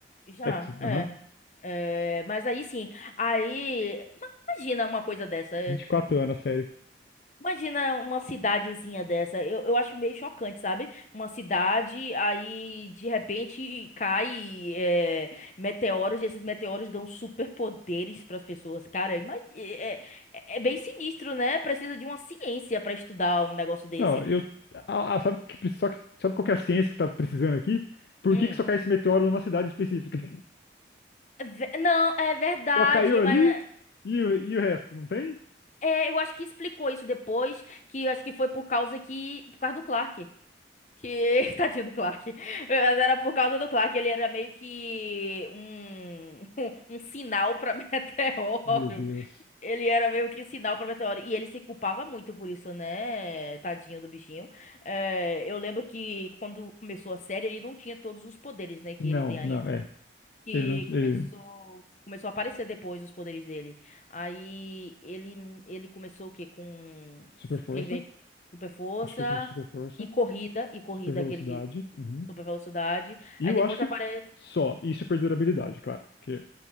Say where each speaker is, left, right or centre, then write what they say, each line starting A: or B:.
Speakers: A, on the left (about 40°); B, on the left (about 60°).
A: Já,
B: X,
A: é.
B: aham.
A: É, mas aí sim, aí ma- imagina uma coisa dessa,
B: 24 anos a série.
A: Imagina uma cidadezinha dessa. Eu, eu acho meio chocante, sabe? Uma cidade, aí de repente cai é, meteoros, e esses meteoros dão superpoderes para as pessoas. Cara, ima- é, é- é bem sinistro, né? Precisa de uma ciência para estudar um negócio desse.
B: Não, eu. Ah, ah, sabe que, pre- só que, sabe qual que é a ciência que tá precisando aqui? Por
A: Hum.
B: que que só cai esse meteoro numa cidade específica? <laughs>
A: É ve- Não, é verdade,
B: Só caiu ali
A: mas eh,
B: e, o- e o resto, não tem?
A: é, eu acho que explicou isso depois, que eu acho que foi por causa que, por causa do Clark. Que, <laughs> tadinho do Clark. Mas era por causa do Clark, ele era meio que um, <laughs> um sinal pra <laughs> meteoro.
B: Meu Deus.
A: Ele era meio que um sinal pra meteoro. E ele se culpava muito por isso, né? Tadinho do bichinho. É, eu lembro que quando começou a série, ele não tinha todos os poderes, né? Que
B: Não,
A: ele tem ainda
B: não, é.
A: que
B: Ele não. Ele...
A: começou começou a aparecer depois os poderes dele. Aí ele ele começou o quê? Com
B: Super
A: vi-
B: força.
A: ter ve- super força
B: Acho que ele começou super força.
A: e corrida e corrida
B: Super velocidade.
A: aquele que
B: uhum.
A: super velocidade.
B: E
A: Aí
B: eu
A: depois
B: acho que
A: aparece
B: só. E super durabilidade, claro. Que